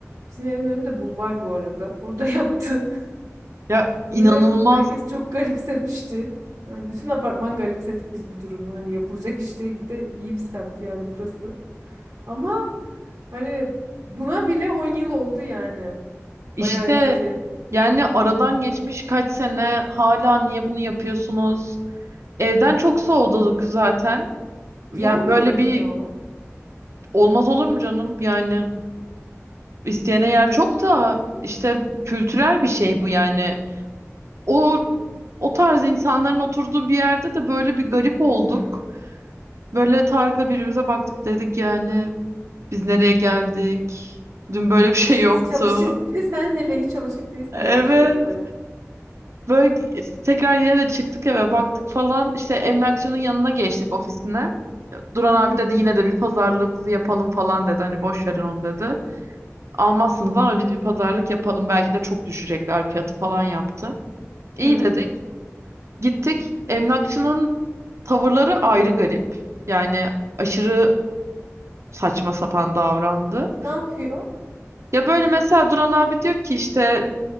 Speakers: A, on the right (about 90°); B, on the right (about 65°).
A: Bizim evin önünde bulvar bu arada. Orada <laughs> yaptı.
B: Ya inanılmaz.
A: Böyle herkes çok garipsemişti. Yani bütün apartman garipsedik biz bu durumu. Hani yapılacak iş değil bir de iyi bir semt yani burası. Ama hani buna bile 10 yıl oldu yani.
B: İşte
A: Bayağı eski.
B: yani aradan geçmiş kaç sene hala niye bunu yapıyorsunuz? Evden çok soğuduk zaten.
A: Yer
B: Yani
A: mi
B: böyle
A: yok
B: bir
A: ya?
B: olmaz olur mu canım? Yani isteyene
A: Çok
B: yer
A: ilginç.
B: çok da işte kültürel bir şey bu yani. O o tarz insanların oturduğu bir yerde de böyle bir garip olduk.
A: <clears throat>
B: Böyle Tarık'la birbirimize baktık dedik yani biz nereye geldik? Dün böyle
A: Evet
B: bir şey
A: siz
B: yoktu.
A: hiç alışık bir de sen hele hiç alışık değilsin
B: Evet.
A: böyle şeylere.
B: Böyle tekrar yine de çıktık eve baktık falan. İşte emlakçının yanına geçtik ofisine. Duran
A: Hı hı.
B: abi dedi yine de bir pazarlığımızı yapalım falan dedi. Hani boş verin onu dedi. Almazsınız ama biz bir pazarlık yapalım. Belki de çok düşecekler fiyatı falan yaptı. İyi
A: Hı.
B: dedik. Gittik. Emlakçının tavırları ayrı garip. Yani aşırı saçma sapan davrandı.
A: Ne yapıyor?
B: Ya böyle mesela Duran abi diyor ki işte